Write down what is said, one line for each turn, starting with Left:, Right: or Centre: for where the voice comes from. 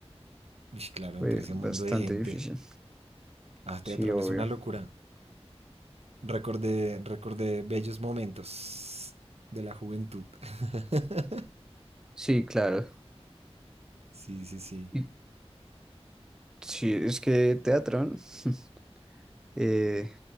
Right: Uy, claro,
Centre: Fue
Right: entre ese
Centre: bastante
Right: mundo de gente.
Centre: difícil.
Right: Ah, Teatrón
Centre: Sí, obvio.
Right: es una locura. Recordé, recordé bellos momentos de la juventud. <laughs>
Centre: Sí, claro.
Right: Sí, sí, sí.
Centre: ¿Y Sí, es que Teatrón <laughs> eh,